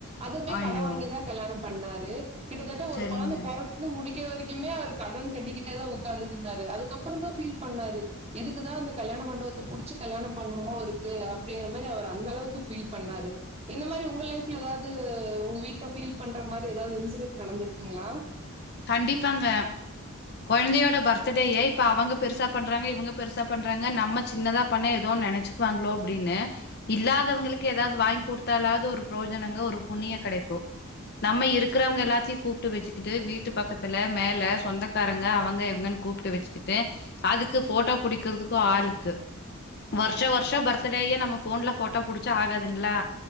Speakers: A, on the right; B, on the left.
A: அதுமே
B: ஐயோ
A: கடன் வாங்கிதா கல்யாணம் பண்ணாரு கிட்டத்தட்ட
B: சரிங்க
A: ஒரு கொழந்த பொற து முடிக்க வரைக்குமே அவர் கடன் கட்டிக்கிட்டே தா உக்காந்துட்டு இருந்தாரு அதுக்கப்புறோ தா ஃபீல் பண்ணாரு எதுக்குதா அந்த கல்யாண மண்டபத்த புடிச்சி கல்யாணோ பண்ணுமோ இருக்கு அப்டிங்கிற மாரி அவர் அந்த அளவுக்கு ஃபீல் பண்ணாரு இந்த மாரி உங்க லைஃப்ல ஏதாது உங்க வீட்ல ஃபீல் பண்ற மாரி ஏதாவது இன்சிடென்ட் நடந்திருக்குங்களா
B: கண்டிப்பாங்க கொழந்தையோட பர்த்டேய இப்ப அவங்க பெருசா பண்றாங்க இவங்க பெருசா பண்றாங்க நம்ம சின்னதா பண்ண ஏதோ நினச் கு வாங்ளோ அப்டின்னு இல்லாதவங்களுக்கு ஏதாது வாங்கி குடுத்தாலாவது ஒரு புரோஜனங்க ஒரு புண்ணியோ கடைக்கு நம்ம இருக்கிறவங்க எல்லாத்தையு கூப்ட்டு வச்சிகிட்டு வீட் வீட்டு பக்கத்துல மேல சொந்தக்காரங்க அவங்க இவங்கன் கூப்ட்டு வச்சிக்கிட்டு அதுக்கு ஃபோட்டோ புடிக்கிறதுக்கு ஆளுக்கு வருஷ வருஷம் பர்த்டேயே நம்ம ஃபோன்ல போட்டோ புடிச்சா ஆகாதுங்ளா